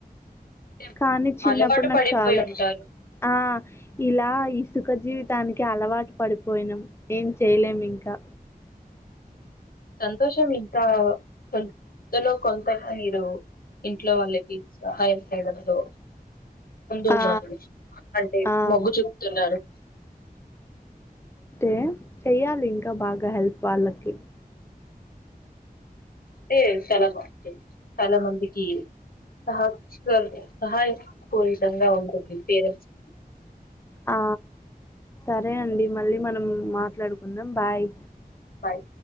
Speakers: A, on the left; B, on the left.
A: అంటే
B: కానీ చిన్నప్పుడు
A: అలవాటు
B: నాకు
A: పడిపోయి
B: చాలా
A: ఉంటారు
B: ఆ ఇలా సుఖ జీవితానికి అలవాటు పడిపోయినాం. ఏం చేయలేం ఇంకా
A: సంతోషం ఇంకా కొంతలో కొంత మీరు ఇంట్లో వాళ్ళకి సహయం చేయడంలో ముందున్నారు.
B: ఆ
A: అంటే
B: ఆ
A: మొగ్గు చూపుతున్నారు.
B: ఏ చెయ్యాలి ఇంకా బాగా హెల్ప్ వాళ్ళకి
A: అంటే చాలా బాగుంటుంది. చాలా మందికి సహ సహాయపూరితంగా ఉంటుంది. పేరెంట్స్
B: ఆ సరే అండి. మళ్ళీ మనం మాట్లాడుకుందాం. Bye
A: bye